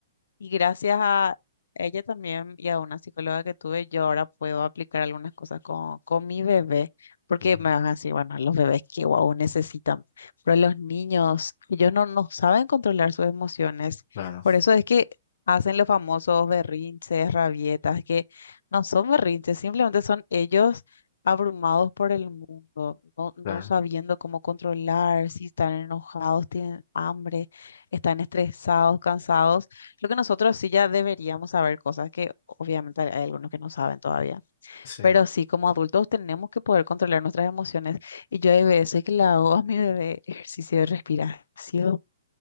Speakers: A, on the left; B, on the left.
A: Y gracias a ella también y a una psicóloga que tuve, yo ahora puedo aplicar algunas cosas con, con mi bebé, porque
B: Ujú,
A: me van a decir, bueno, los bebés que guau necesitan, pero los niños, ellos no, no saben controlar sus emociones,
B: Claro,
A: por eso es que hacen los famosos berrinches, rabietas, que no son berrinches, simplemente son ellos abrumados por el mundo, no, no
B: claro.
A: sabiendo cómo controlar, si están enojados, tienen hambre, están estresados, cansados. Creo que nosotros sí ya deberíamos saber cosas que obviamente hay hay algunos que no saben todavía,
B: Sí.
A: pero sí como adultos tenemos que poder controlar nuestras emociones. Y yo hay veces que le hago a mi bebé ejercicio de respiración,